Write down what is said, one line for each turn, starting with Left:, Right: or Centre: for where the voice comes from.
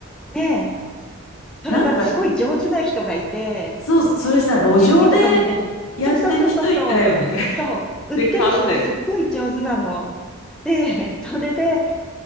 Centre: う、ねえ、それがすごい上手な人がいて、
Left: なんか、そう、それさ、路上で
Centre: テレビとかに入れる。
Left: やってる人いたよね。
Centre: そうそうそうそうそう。
Left: <laughs>
Centre: そう、
Left: で、
Centre: 売ってる人がすっごい上手なの。
Left: 買うんだよね。
Centre: で、それで、